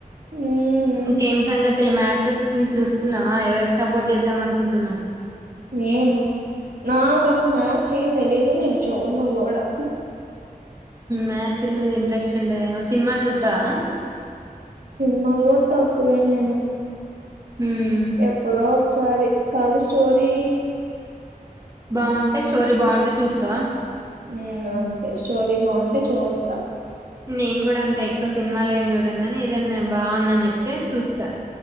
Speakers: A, on the right; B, on the right.
A: హ్మ్
B: ఇంకేం సంగ మ్యాచ్ వస్తుంది చూస్తున్నావా ఎవరికి సపోర్ట్ చేద్దాం అనుకుంటున్నావు
A: నేను నాకు అస్సలు మ్యాచ్ ఏం తెలీయదు నేను చూడను కూడా
B: మ్యాచ్ ల మీద ఇంట్రెస్ట్ ఉండయ సినిమాలు చూతావా
A: సినిమాలు కూడా తక్కువేనేను
B: హ్మ్
A: ఎప్పుడో ఒకసారి కాదు స్టోరీ
B: బాగుంటె స్టోరీ బాగుంటె చూస్తావ
A: ఉ అంతే స్టోరీ బాగుంటే చూస్తా
B: నేను కూడా అంత ఎక్కువ సినిమాలు ఏం చూడన్ కానీ ఏదైనా బాగుందని చెప్తే చూస్తా